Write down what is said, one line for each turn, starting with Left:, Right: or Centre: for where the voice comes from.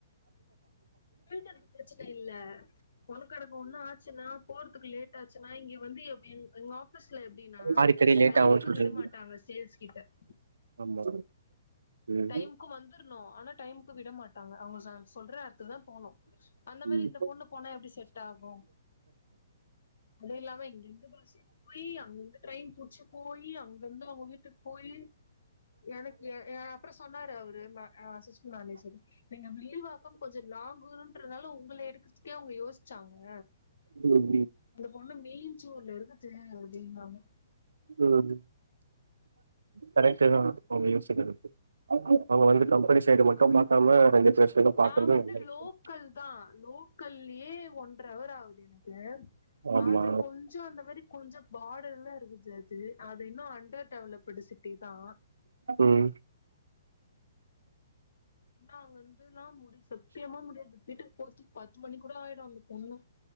Left: <unintelligible> பிரச்சன இல்ல ஒன்னு கெடக்க ஒண்ணு ஆச்சுன்னா போறதுக்கு லேட் ஆச்சுன்னா இங்க வந்து எப்டி எங்க ஆஃபீஸ்ல எப்டினா
Right: ஆறு கடி லேட்
Left: டைமுக்கு
Right: ஆகுன்னு சொல்றீங்க
Left: விட மாட்டாங்க சேல்ஸ் கிட்ட <unintelligible>
Right: ஆமா ம்
Left: டைம்கு வந்துர்ணு டைம்க்கு விட மாட்டாங்க அவுங்க சொல்ற துதா போனு அந்த மாரி
Right: ம் ம்
Left: இந்த பொண்ணு போனா எப்டி செட் ஆகு அது இல்லாம இங்கிருந்து பஸ்ல போய் அங்கிருந்து ட்ரெயின் புச்சு போயி அங்கிருந்து அவுங்க வீட்டுக்கு போயி எனக்கு ஏ அப்றொ சொன்னாரு அவரு அசிஸ்டன்மேனேஜரு நீங்க மீழ்வாக்கம் கொஞ்ச லாங்குன்றனால உங்கள எடுக்கற்துக்கே அவுங்க யோசிச்சாங்க
Right: ம்
Left: அந்த பொண்ணு மேயன்ச்சூர்ல இருந்துட்டு <unintelligible>
Right: உம் கரெக்ட்டு தா அவுங்க யோசிக்கிறது அவுங்க வந்து கம்பெனி சைடு மட்டும் பாக்காம ரெண்டு பேர் சைடு பாக்குறது
Left: நா வந்து
Right: நல்ல விஷயம்
Left: லோக்கல் தா லோக்கல் ஏ ஒன்றவர் ஆவு து எனக்கு
Right: ஆமா
Left: அது கொஞ்சொ அந்த மாரி கொஞ்ச பார்டர்லா இருக்குது அது அது இன்னு அண்டர் டெவலப்டு சிட்டி தா
Right: ம்
Left: என்னா அங்க இந்துன்னா முடி சத்தியமா முடியாது வீட்டுக் போறதுக்கு பத்து மணி கூட ஆயிடு அந்த பொண்ணு